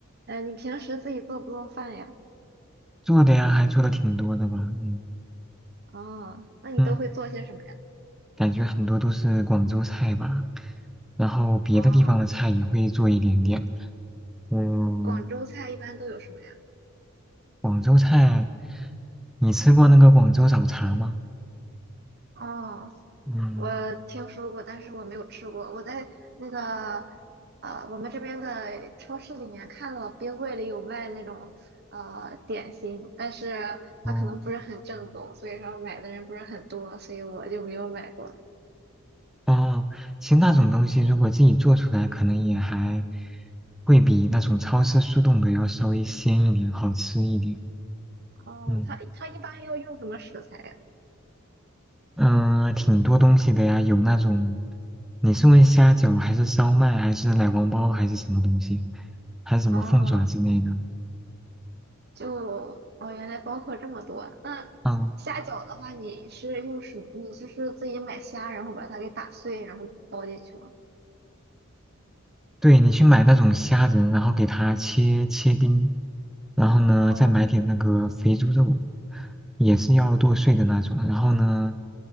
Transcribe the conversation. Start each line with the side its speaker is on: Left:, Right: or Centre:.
Right: 呃，你平时自己做不做饭呀？
Centre: 做的呀，还做的挺多的吧，嗯
Right: 哦，那你都会做些什么呀？
Centre: 嗯，感觉很多都是广州菜吧，然后别的地方的菜也会做一点点。
Right: 哦，
Centre: 嗯，
Right: 广州菜一般都有什么呀？
Centre: 广州菜，你吃过那个广州早茶吗？
Right: 哦，
Centre: 嗯，
Right: 我听说过，但是我没有吃过。我在那个呃，我们这边的超市里面看到冰柜里有卖那种呃点心，但是
Centre: 哦，
Right: 它可能不是很正宗，所以说买的人不是很多，所以我就没有买过。
Centre: 哦，其实那种东西如果自己做出来，可能也还会比那种超市速冻的要稍微鲜一点，好吃一点。
Right: 哦，
Centre: 嗯。
Right: 它它一般要用什么食材呀？
Centre: 嗯、呃挺多东西的呀，有那种，你是问虾饺还是烧麦还是奶黄包还是什么东西，还是什么凤爪之类的？
Right: 哦。就哦，原来包括这么多。那虾饺的话，
Centre: 嗯，
Right: 你是用什么？你就是自己买虾，然后把它给打碎，然后包进去吗？
Centre: 对，你去买那种虾仁，然后给它切切丁，然后呢再买点那个肥猪肉，
Right: 哦，
Centre: 也是要剁碎的那种，然后呢